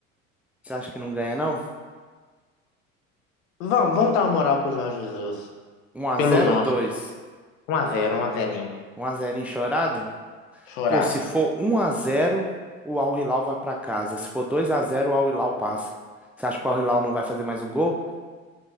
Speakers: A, in the centre; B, on the left.
A: você acha que não ganha, não?
B: Vamos, vamos dar uma moral pro Jorge Jesus.
A: um a
B: Pelo
A: zero
B: nome.
A: ou 2?
B: um a zero um a 0
A: 1x0 enchorado?
B: Chorado.
A: Pô, se for um a zero o Al Hilal vai pra casa. Se for dois a zero o Al Hilal passa. Você acha que o Al Hilal não vai fazer mais um gol?